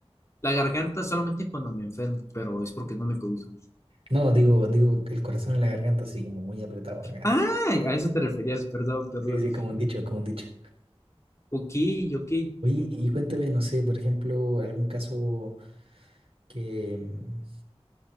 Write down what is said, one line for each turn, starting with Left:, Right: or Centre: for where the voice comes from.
Left: la garganta solamente cuando me enfermo, pero es porque no me cobijo.
Right: No, digo, digo, el corazón en la garganta, así como muy apretado acá.
Left: Ah, a eso te referías, perdón, perdón.
Right: Sí, sí, como un dicho, como un dicho.
Left: Ok, ok.
Right: Oye, y cuéntame, no sé, por ejemplo, algún caso que, mm,